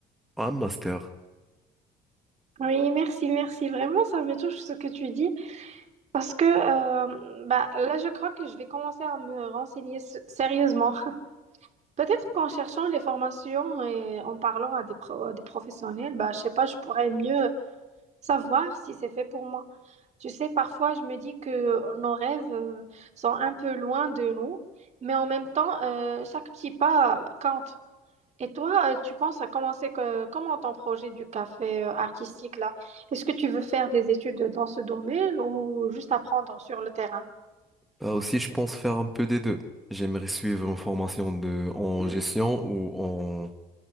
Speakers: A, in the centre; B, on the right.
A: un master.
B: Oui, merci, merci. Vraiment, ça me touche ce que tu dis parce que euh, bah, là, je crois que je vais commencer à me renseigner s- sérieusement. <laughs> Peut-être qu'en cherchant les formations et en parlant à des, pro- à des professionnels, bah, je sais pas, je pourrais mieux savoir si c'est fait pour moi. Tu sais, parfois, je me dis que nos rêves euh, sont un peu loin de nous, mais en même temps, euh, chaque petit pas compte. Et toi, euh, tu penses à commencer que, comment ton projet du café euh, artistique là? Est-ce que tu veux faire des études dans ce domaine ou juste apprendre sur le terrain?
A: Bah aussi, je pense faire un peu des deux. J'aimerais suivre une formation de, en gestion ou en